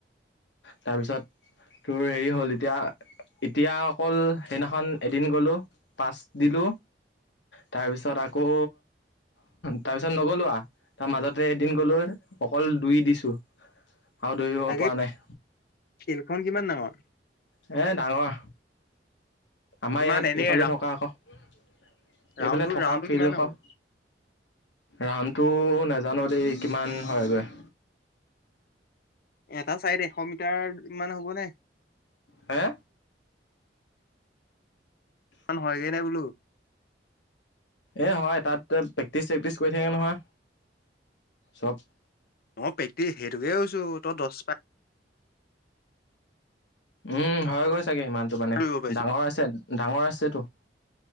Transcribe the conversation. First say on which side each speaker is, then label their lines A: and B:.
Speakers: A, on the left; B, on the left.
A: তাৰপিছত তোৰ হেৰি হ'ল এতিয়া-এতিয়া অকল সেইদিনাখন এদিন গ'লোঁ। পাচ দিলো তাৰপিছত আকৌ তাৰপিছত নগলো তাৰ মাজতে এদিন গলো অকল দুই দিছো। আৰু দৌৰিব
B: তাকে
A: পৰা নাই।
B: ফিল্ডখন কিমান ডাঙৰ
A: এ ডাঙৰ আমাৰ
B: কিমান
A: ইয়াত
B: এনেই
A: এইফালে থকা আকৌ। এইফালে
B: ৰাউণ্ডটো
A: থকা
B: ৰাউণ্ডটো
A: ফিল্ড‌
B: কিমান
A: আকৌ
B: হ'ব
A: ৰাউণ্ডটো নাজানো দেই কিমান হয়গৈ
B: এটা চাইদ এশ মিটাৰ মান হ'বনে
A: হে
B: ইমান হয়গৈ নাই বোলো
A: এই হয় তা প্ৰেক্টিচ চেক্টিচ কৰি থাকে নহয় চব
B: অ প্ৰেক্টি সেইটোকে কৈছো তই দহ পাক
A: উম হৈ গৈছে চাগে ইমানটো মানে
B: দৌৰিব পাৰিছ
A: ডাঙৰ আছে ডাঙৰ আছেতো